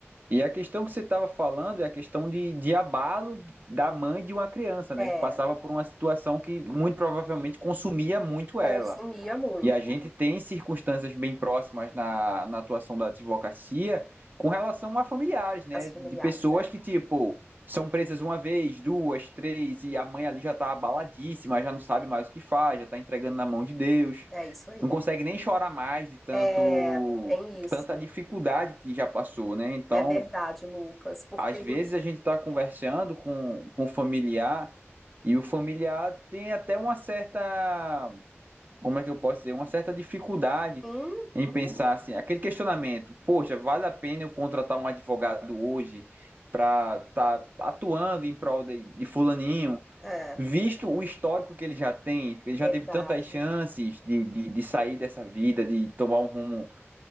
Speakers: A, on the right (about 40°); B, in the centre.
A: e a questão que você estava falando é a questão de, de abalo da mãe de uma criança, né,
B: É,
A: que passava por uma situação que muito provavelmente consumia muito
B: consumia
A: ela.
B: muito
A: E a gente tem circunstâncias bem próximas na, na atuação da advocacia com relação a familiares, né?
B: as familiares,
A: De pessoas
B: é,
A: que, tipo, são presas uma vez, duas, três, e a mãe ali já tá abaladíssima, já não sabe mais o que faz, já tá entregando na mão de Deus,
B: é isso aí.
A: não consegue nem chorar mais de tanto
B: É, tem isso.
A: tanta dificuldade que já passou, né? Então,
B: É verdade, Lucas, porque
A: às
B: a
A: vezes
B: gente
A: a gente tá conversando com, com o familiar e o familiar tem até uma certa como é que eu posso dizer, uma certa dificuldade
B: sim,
A: em pensar assim, aquele questionamento, poxa, vale a pena eu contratar um advogado hoje para estar tá atuando em prol de, de fulaninho,
B: é
A: visto o histórico que ele já tem, ele
B: verdade,
A: já teve tantas chances de, de, de sair dessa vida, de tomar um rumo